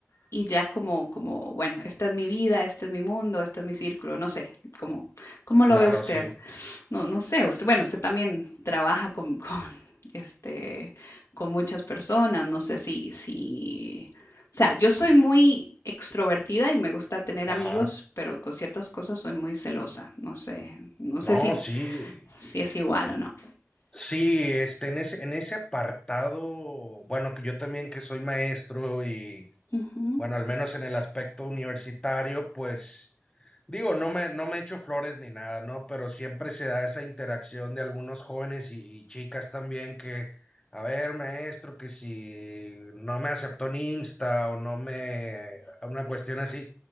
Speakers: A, on the left; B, on the left.
A: y ya como, como, bueno, esta es mi vida, este es mi mundo, este es mi círculo, no sé, ¿cómo, cómo lo
B: Claro,
A: ve usted?
B: sí.
A: No, no sé, usted, bueno, usted también trabaja con, <laughs> con, este, con muchas personas, no sé si, si, o sea, yo soy muy extrovertida y me gusta tener
B: Ajá.
A: amigos, pero con ciertas cosas soy muy celosa, no sé, no sé
B: No,
A: si,
B: sí.
A: si es igual o no.
B: Sí, este, en ese, en ese apartado, bueno, que yo también que soy maestro y,
A: Ujú.
B: bueno, al menos en el aspecto universitario, pues, digo, no me, no me echo flores ni nada, ¿no? Pero siempre se da esa interacción de algunos jóvenes y, y chicas también que, a ver, maestro, que si no me aceptó en Insta o no me, una cuestión así,